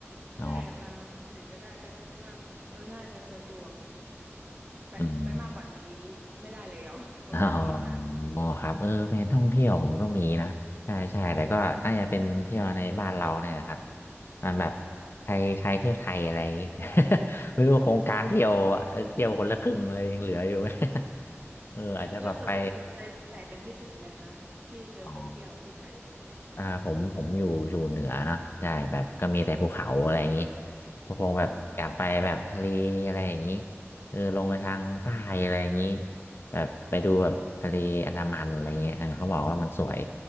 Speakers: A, on the left; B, on the right.
A: อ๋อ
B: ใช่ค่ะทำที่ไหนก็ได้ก็รู้สึกว่าเออน่าจะสะดวกไปไปมากกว่านี้
A: อืม
B: ไม่ได้แล้ว <laughs> ประมาณนี้ค่ะ
A: อ๋อครับเออแผนท่องเที่ยวผมก็มีนะใช่ใช่แต่ก็น่าจะเป็นเที่ยวในบ้านเราเนี่ยนะครับมันแบบ
B: อ่าค่ะ
A: ใครใครเที่ยวไทยอะไรอย่างงี้ <laughs> ไม่รู้โครงการเที่ยวเอ่อเที่ยวคนละครึ่งเลยยังเหลืออยู่ไหม <laughs> เอออาจจะแบบไป
B: แล้วสนสนใจที่ไหนเป็นพิเศษไหมคะที่จะไปเที่ยวที่ไทย
A: อ๋ออ่าผมผมอยู่อยู่เหนือเนอะใช่แบบก็มีแต่ภูเขาอะไรอย่างนี้ก็คงแบบอยากไปแบบทะเลอะไรอย่างนี้
B: อ่า
A: เออลงไปทางใต้อะไรอย่างนี้
B: อ่า
A: แบบไปดูแบบทะเลอันดามันอะไรเงี้ยเออเขาบอกว่ามันสวย
B: ค่ะ